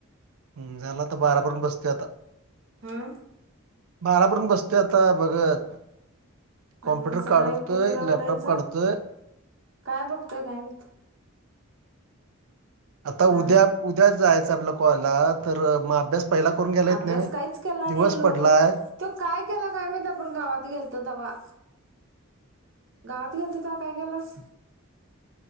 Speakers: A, on the right; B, on the right.
A: हम्म झालं आता बारा पर्यंत बसतय आता.
B: हं
A: बाारापर्यंत बसतय आता बघत. कॉमप्यूटर
B: आणि मग सकाळी
A: काडतय
B: कितीला
A: प्लॅपटॉप
B: उठायचं?
A: काढतोय.
B: काय बघतोय काय माहित.
A: आता
B: हं
A: उद्या उद्या जायचं आपला कॉलेजला तर म अभ्यास पहिला करून घ्यायला येत
B: अभ्यास
A: नाही व्हय.
B: काहीच केला
A: दिवस
B: नाही लोळून
A: पडलाय
B: तो काय केला काय माहीत आपण गावात गेलतो तवा गावात गेलतो तवा काय केलास?